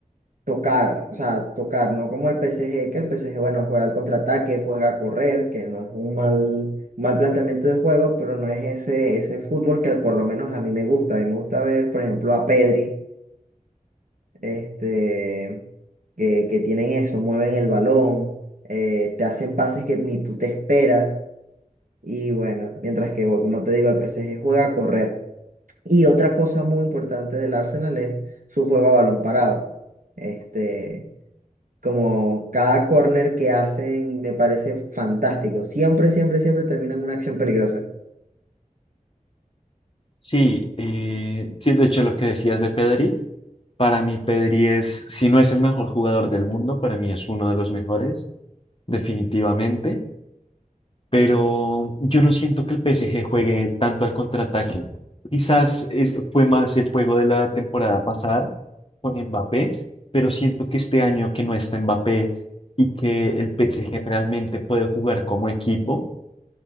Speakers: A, on the right; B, on the left.
A: tocar, o sea, tocar, no como el PSG, que el PSG, bueno, juega al contraataque, juega a correr, que no es un mal, mal planteamiento de juego, pero no es ese, ese fútbol que por lo menos a mí me gusta. A mí me gusta ver, por ejemplo, a Pedri, este, que, que tienen eso, mueven el balón, eh, te hacen pases que ni tú te esperas. Y bueno, mientras que, bueno, como te digo, el PSG juega a correr. Y otra cosa muy importante del Arsenal es su juego a balón parado. Este, como cada corner que hacen me parece fantástico. Siempre, siempre, siempre terminan una acción peligrosa.
B: Sí, eh, sí, de hecho lo que decías de Pedri, para mí Pedri es, si no es el mejor jugador del mundo, para mí es uno de los mejores, definitivamente. pero yo no siento que el PSG juegue tanto al contraataque. Quizás es- fue más el juego de la temporada pasada con Mbappé, pero siento que este año que no está Mbappé y que el PSG realmente puede jugar como equipo,